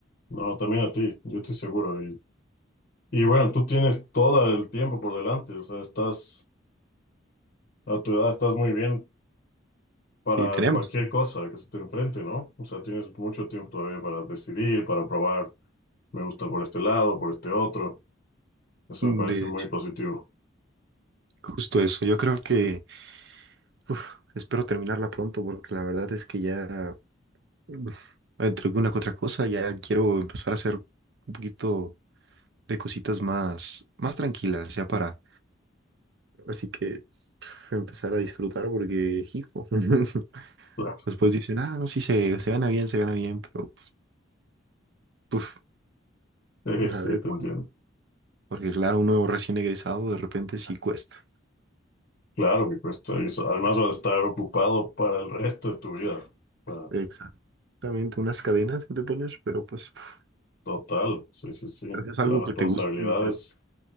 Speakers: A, on the left; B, on the right.
A: No, también a ti, yo estoy seguro. Y bueno, tú tienes todo el tiempo por delante, o sea, estás a tu edad, estás muy bien para
B: Sí, tenemos.
A: cualquier cosa que se te enfrente, ¿no? O sea, tienes mucho tiempo todavía para decidir, para probar, me gusta por este lado, por este otro. Eso
B: De
A: me parece muy positivo.
B: Justo eso, yo creo que uf, espero terminarla pronto porque la verdad es que ya uf, entre una que otra cosa ya quiero empezar a hacer un poquito de cositas más, más tranquilas ya para así que uf, empezar a disfrutar porque hijo <laughs>
A: <laughs>
B: después dicen ah no sí se, se gana bien se gana bien pero uf,
A: Claro, sí,
B: a ver
A: sí, te
B: cuándo,
A: entiendo.
B: porque claro uno recién egresado de repente sí cuesta
A: Claro que cuesta eso. Además, vas a estar ocupado para el resto de tu vida. O sea,
B: exactamente unas cadenas que te pones pero pues uf,
A: total, sí, sí, sí.
B: gracias
A: Las
B: a algo
A: responsabilidades
B: que te guste yo creo